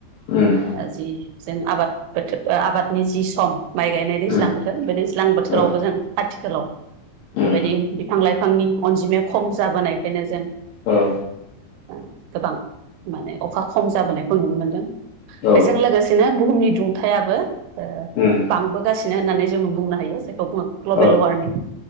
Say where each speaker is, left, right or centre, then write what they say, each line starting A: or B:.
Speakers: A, on the left (about 75°); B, on the right (about 85°).
A: उम
B: ओ जि जों आबाद बोथोर आबादनि जि सम माइ गायनाय दैज्लां
A: उम
B: बोथोर बे दैज्लां बोथोरावबो
A: औ
B: जों आथिखालाव
A: उम
B: बेबायदि बिफां लाइ फांनि अनजिमाया खम जाबोनायखायनो जों
A: औ
B: अ गोबां माने अखा खम जाबोनायखौ नुनो मोनदों।
A: औ
B: बेजों लोगोसेनो बु हुमनि दुंथायाबो अ
A: उम
B: बांबोगासिनो होननानै जोङो बुंनो हायो जायखौ बुङो ग्ल'बेल
A: औ
B: वार्मिं